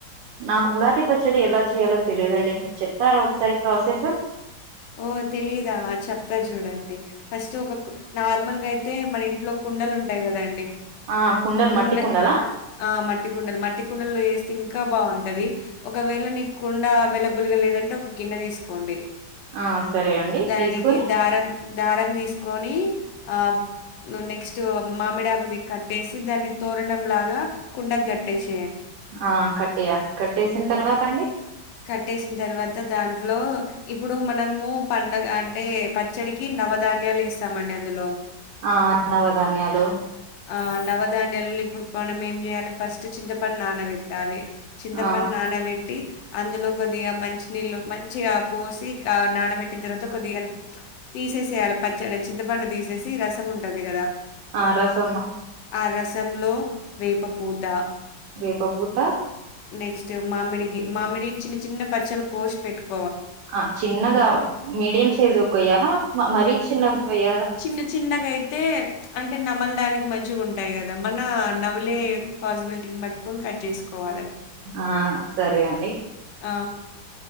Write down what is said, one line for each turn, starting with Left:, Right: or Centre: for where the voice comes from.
Right: నాకు ఉగాది పచ్చడి ఎలా చేయాలో తెలియదండి మీరు చెప్తారా ఒకసారి ప్రాసెసు
Left: ఓ తెలీదా చెప్తా చూడండి ఫస్ట్ ఒక కు నార్మల్గా అయితే మన ఇంట్లో కుండలు ఉంటాయి కదండి
Right: ఆ కుండలు
Left: కుండ
Right: మట్టి కుండలా
Left: ఆ మట్టి కుండలు మట్టి కుండల్లో చేస్ స్తే ఇంకా బాగుంటది ఒకవేళ నీకు కుండా అవైలబుల్ గా లేదంటే ఒక గిన్నె తీసుకోండి
Right: ఆ సరే అండి
Left: దానికి
Right: తీసుకొని
Left: దార్ దారం తీస్ కోని ఆ నెక్స్ట్ మామిడాకుది కట్టేసి దాన్ని తోరణం లాగా గా కుండక్ కట్టేష్
Right: ఆ కట్టేయ కట్టేసిన తర్వాత అండి
Left: కట్టేసిన తర్వాత దాంట్లో ఇప్పుడు మనము పండగ అంటే పచ్చడికి న నవదాన్యాలేస్తామండి అందులో
Right: ఆ నవధాన్యాలు
Left: ఆ నవ దాన్యలలో ఇప్పుడు మనం ఏం చెయాలి ఫస్ట్ చింతపండ్ నానవెట్టాలి చింతపండ్
Right: ఆ
Left: నానవెట్టి అందులో కొద్దిగా మంచినీళ్ళు మంచిగా పోసిఆ నానబెట్టిన తర్వాత కొద్దిగా తీ చేసేయలా పచ్చడి చింతపండు తీసేసి రసం ఉంటది కదా
Right: ఆ రసమ్మ
Left: ఆ రసంలో వేపపూత
Right: వేపపూత
Left: నెక్స్ట్ మామిడికి మామిడి చిన్న చిన్న పచ్చలు కోష్ పెట్టుకు
Right: ఆ చిన్నగా మీడియం సైజ్ ఓకోయాల మరీ చిన్న కొయ్యాల
Left: చిన్న చిన్నగాయితే అంటే నమలడానికి మంచిగా ఉంటాయి కదా మనా నవిలే పాసిబిలిటీని బట్టుకొని కట్ చేసుకోవాలె
Right: ఆ సరే అండి
Left: ఆ